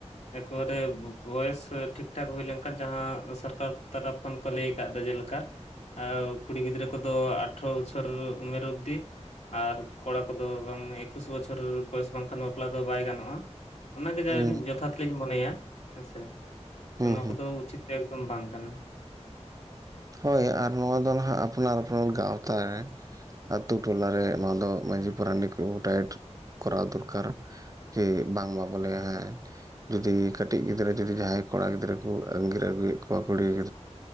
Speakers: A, on the left; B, on the right.
A: ᱮᱠᱵᱟᱨᱮ ᱵᱚᱭᱮᱥ ᱴᱷᱤᱠ ᱴᱷᱟᱠ ᱦᱩᱭ ᱞᱮᱱᱠᱷᱟᱱ ᱡᱟᱦᱟᱸ ᱥᱚᱨᱠᱟᱨ ᱛᱟᱨᱟᱯᱷ ᱠᱷᱚᱱ ᱠᱚ ᱞᱟᱹᱭ ᱟᱠᱟᱫ ᱡᱮᱞᱮᱠᱟ ᱠᱩᱲᱤ ᱜᱤᱫᱽᱨᱟᱹ ᱠᱚᱫᱚ ᱟᱴᱷᱚᱨᱚ ᱵᱚᱪᱷᱚᱨ ᱩᱢᱮᱨ ᱚᱵᱫᱤ ᱟᱨ ᱠᱚᱲᱟ ᱠᱚᱫᱚ ᱵᱟᱝ ᱮᱠᱩᱥ ᱵᱚᱪᱷᱚᱨ ᱵᱚᱭᱮᱥ ᱵᱟᱝᱠᱷᱟᱱ ᱵᱟᱯᱞᱟ ᱫᱚ ᱵᱟᱭ ᱜᱟᱱᱚᱜᱼᱟ ᱾ ᱚᱱᱟᱜᱮ ᱡᱟ
B: ᱦᱩᱸ
A: ᱡᱚᱛᱷᱟᱛᱞᱤᱧ ᱢᱚᱱᱮᱭᱟ ᱦᱮᱸᱥᱮ
B: ᱦᱩᱸ
A: ᱛᱚ ᱱᱚᱣᱟ
B: ᱦᱩᱸ
A: ᱠᱚᱫᱚ ᱩᱪᱤᱛ ᱵᱟᱝ ᱠᱟᱱᱟ
B: ᱦᱳᱭ ᱟᱨ ᱱᱚᱣᱟ ᱫᱚ ᱱᱦᱟᱜ ᱟᱯᱱᱟᱨ ᱟᱯᱱᱟᱨ ᱜᱟᱶᱛᱟᱨᱮ, ᱟᱛᱩ ᱴᱚᱞᱟᱨᱮ ᱱᱚᱣᱟ ᱫᱚ ᱢᱟᱹᱡᱷᱤ ᱯᱟᱨᱟᱱᱤᱠ ᱠᱚ ᱜᱚᱴᱟᱭᱟ ᱠᱚᱨᱟᱣ ᱫᱚᱨᱠᱟᱨ᱾ ᱠᱤ ᱵᱟᱝ ᱢᱟ ᱵᱚᱞᱮ ᱦᱮ ᱡᱩᱫᱤ ᱠᱟᱹᱴᱤᱜ ᱜᱤᱫᱽᱨᱟᱹ ᱡᱩᱫᱤ ᱡᱟᱦᱟᱸᱭ ᱠᱚᱲᱟ ᱜᱤᱫᱽᱨᱟᱹ ᱠᱩ ᱟᱝᱜᱤᱨ ᱟᱹᱜᱩᱭᱮᱜ ᱠᱚᱣᱟ ᱠᱩᱲᱤ ᱜᱤᱫᱽ